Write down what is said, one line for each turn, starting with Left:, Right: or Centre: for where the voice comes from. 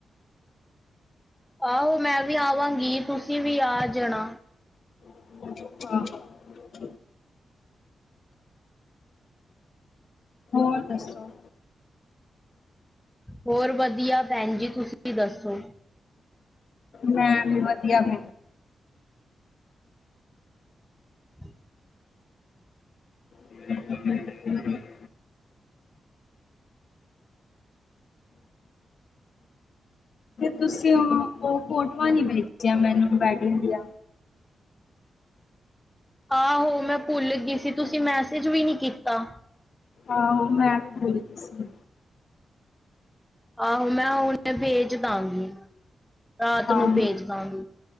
Centre: ਆਹੋ ਮੈਂ ਵੀ ਆਵਾਂਗੀ, ਤੁਸੀਂ ਵੀ ਆ ਜਾਣਾ।
Left: ਆਹ ਹੋਰ ਦੱਸੋ।
Centre: ਹੋਰ ਵਧੀਆ ਭੈਣਜੀ, ਤੁਸੀਂ ਦੱਸੋ।
Left: ਮੈ ਵੀ ਵਧੀਆ ਫ
Centre: <inaudible>
Left: <inaudible> ਤੁਸੀਂ ਉਹ ਫੋਟੋਆਂ ਨੀ ਭੇਜੀਆਂ, ਮੈਨੂੰ ਬੈਡਿੰਗ ਦੀਆਂ।
Centre: ਆਹੋ ਮੈਂ ਭੁੱਲ ਗਈ ਸੀ ਤੁਸੀਂ ਮੈਸੇਜ ਵੀ ਨੀ ਕੀਤਾ।
Left: ਆਹੋ ਮੈਂ ਵੀ ਗਈ ਦੀ ਸੀ।
Centre: ਆਹੋ ਮੈਂ ਹੁਣੇ ਭੇਜ ਦਾਂਗੀ, ਰਾਤ
Left: ਆਹੋ
Centre: ਨੂੰ ਭੇਜ ਦਾਂਗੀ।